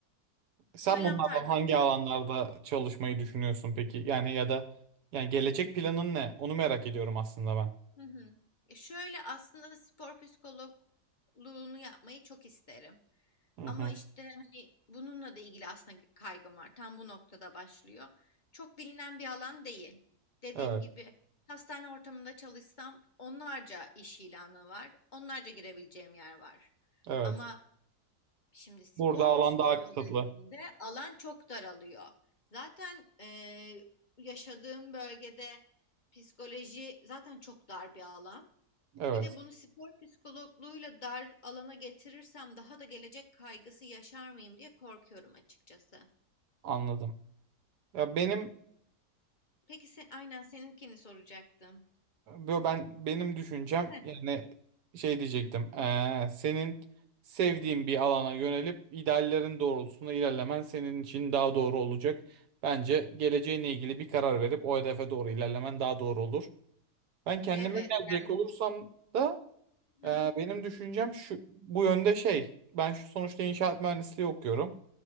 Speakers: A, on the right; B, on the left.
A: Sen
B: söylem
A: bunlardan
B: tarzları
A: hangi
B: farklı.
A: alanlarda çalışmayı düşünüyorsun peki? Yani ya da yani gelecek planın ne? Onu merak ediyorum aslında ben.
B: Hı hı. E Şöyle aslında spor psikologluğunu yapmayı çok isterim.
A: Hı
B: Ama
A: hı.
B: işte hani bununla da ilgili aslında kaygım var. Tam bu noktada başlıyor. Çok bilinen bir alan değil. Dediğim
A: Evet.
B: gibi hastane ortamında çalışsam onlarca iş ilanı var. Onlarca girebileceğim yer var.
A: Evet.
B: Ama şimdi spor
A: Burada alan
B: psikoloğu
A: daha kısıtlı.
B: dediğimde alan çok daralıyor. Zaten e, yaşadığım bölgede psikoloji zaten çok dar bir alan.
A: Evet.
B: Bir de bunu spor psikologluğuyla dar alana getirirsem daha da gelecek kaygısı yaşar mıyım diye korkuyorum açıkçası.
A: Anladım. Ya benim
B: Peki sen, aynen seninkini soracaktım.
A: Yo, ben benim düşüncem
B: Heh,
A: yani şey diyecektim. eee, senin sevdiğin bir alana yönelip ideallerin doğrultusunda ilerlemen senin için daha doğru olacak. Bence geleceğinle ilgili bir karar verip o hedefe doğru ilerlemen daha doğru olur. Ben kendime
B: Evet
A: gelecek
B: yani
A: olursam da
B: hı,
A: eee, benim düşüncem şu bu yönde şey. Ben şu sonuçta inşaat mühendisliği okuyorum.